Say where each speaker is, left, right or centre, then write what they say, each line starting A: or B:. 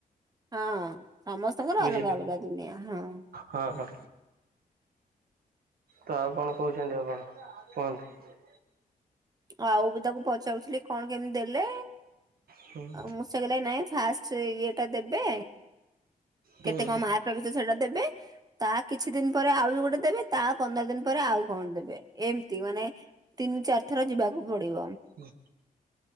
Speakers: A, on the right; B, on the right.
A: ହଁ ସମସ୍ତଙ୍କର
B: ବୁଝିଲେ।
A: ଅଲଗା ଅଲଗା ଦୁନିଆ ହଁ।
B: ହଁ ହଁ ତ ଆଉ କଣ କହୁଛନ୍ତି ଆପଣ କୁହନ୍ତୁ?
A: ଆଉ ବି ତାକୁ ପଚାରୁଥିଲି କଣ କେମିତି ଦେଲେ।
B: ହୁଁ
A: ମୁଁଷେ କିଇଲେ ନାଇଁ ଫାଷ୍ଟ ଇଏ ଟା ଦେବେ।
B: ହୁଁ
A: କେତେ କଣ ମାର୍କ ରଖିଛ ସେଟା ଦେବେ ତା କିଛି ଦିନ ପରେ ଆଉ ଗୋଟେ ଦେବେ ତା ପନ୍ଦର ଦିନ ପରେ ଆଉ କଣ ଦେବେ ଏମିତି ମାନେ ତିନି ଚାରି ଥର ଯିବାକୁ ପଡିବ
B: ହୋ